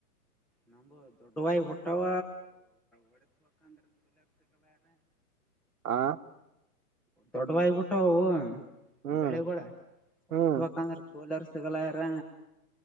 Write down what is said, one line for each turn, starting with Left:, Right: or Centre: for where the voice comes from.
Centre: ನಮು ದೊಡ್ಡ ವ ಬಿಟ್ಟವ ಒಡಸ್ಬೇಕಂದ್ರೆ ಕೂಲಿಯಾರ ಸಿಗಲ್ಲಾರ
Right: ಹಾ
Centre: ದೊಡ್ಡವಾಗಬಿಟ್ಟವು
Right: ಹ್ಮ್
Centre: ಬೆಳಿಗೂಡ ಒಡಸ್ಬೇಕಂದ್ರ
Right: ಹ್ಮ್
Centre: ಕೋಲರ್ಸುಗಳಾರರ